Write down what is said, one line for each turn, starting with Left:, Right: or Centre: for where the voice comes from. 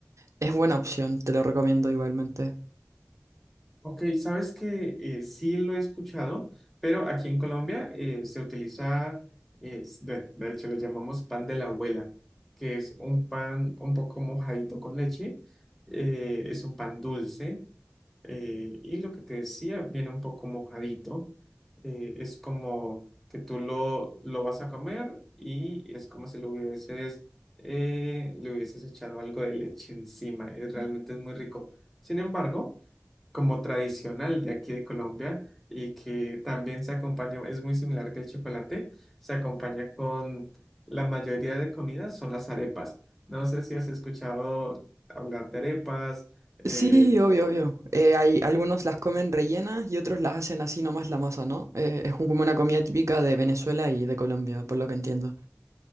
Right: Es buena opción, te lo recomiendo igualmente.
Centre: Ok, sabes que eh, sí lo he escuchado, pero aquí en Colombia eh, se utiliza, eh, s- de, de hecho le llamamos pan de la abuela, que es un pan un poco mojadito con leche, eh, es un pan dulce eh, y lo que te decía viene un poco mojadito, eh, es como que tú lo, lo vas a comer y es como si lo hubieses, eh, le hubieses echado algo de leche encima, y realmente es muy rico. Sin embargo, como tradicional de aquí de Colombia y que también se acompaña, es muy similar que el chocolate, se acompaña con la mayoría de comidas son las arepas. No sé si has escuchado hablar de arepas. eh,
Right: Sí, obvio, obvio. Eh, hay algunos las comen rellenas y otros las hacen así nomás la masa, ¿no? Eh, es un- como una comida típica de Venezuela y de Colombia, por lo que entiendo.